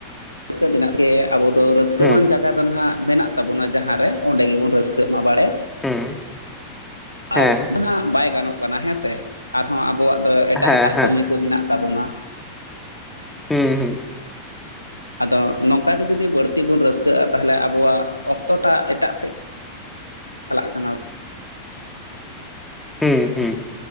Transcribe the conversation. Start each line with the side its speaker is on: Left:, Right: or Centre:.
Left: ᱨᱟᱹᱥᱠᱟᱹ ᱢᱮᱱᱟᱜ ᱜᱮ ᱟᱵᱚ ᱫᱚ ᱨᱟᱹᱥᱠᱟᱹᱣᱟᱱ
Centre: ᱦᱩᱸ
Left: ᱡᱟᱭᱜᱟ ᱫᱚ ᱱᱟᱦᱟᱜ ᱢᱮᱱᱟᱜ ᱛᱟᱵᱚᱱᱟ ᱡᱟᱦᱟᱸ ᱨᱮ ᱚᱸᱰᱮ ᱜᱮᱵᱚᱱ ᱨᱟᱹᱥᱠᱟᱹᱜ ᱢᱟ ᱵᱟᱲᱮ᱾
Centre: ᱦᱩᱸ ᱦᱮᱸ
Left: ᱟᱨ ᱡᱟᱦᱟᱸ ᱵᱟᱭ ᱜᱟᱱᱚᱜ ᱠᱟᱱᱟ ᱦᱮᱸ ᱥᱮ ᱟᱨᱦᱚᱸ ᱟᱵᱚᱣᱟᱜ ᱫᱚ ᱮᱴᱟᱜ
Centre: ᱦᱮᱸ
Left: ᱮᱴᱟᱜ
Centre: ᱦᱮᱸ
Left: ᱠᱟᱹᱢᱤ, ᱠᱚ ᱢᱮᱱᱟᱜ ᱛᱟᱵᱚᱱᱟ᱾
Centre: ᱦᱩᱸ ᱦᱩᱸ
Left: ᱟᱫᱚ ᱱᱚᱝᱠᱟ ᱜᱮ ᱡᱩᱫᱤ ᱵᱟᱹᱲᱛᱤ ᱵᱚᱱ ᱨᱟᱹᱥᱠᱟᱹᱜᱼᱟ ᱛᱟᱦᱚᱞᱮ ᱟᱵᱚᱣᱟᱜ ᱚᱠᱛᱚᱴᱟ ᱮᱴᱟᱜ ᱥᱮᱫ ᱪᱟᱞᱟᱜ ᱠᱟᱱᱟ᱾
Centre: ᱦᱩᱸ ᱦᱩᱸ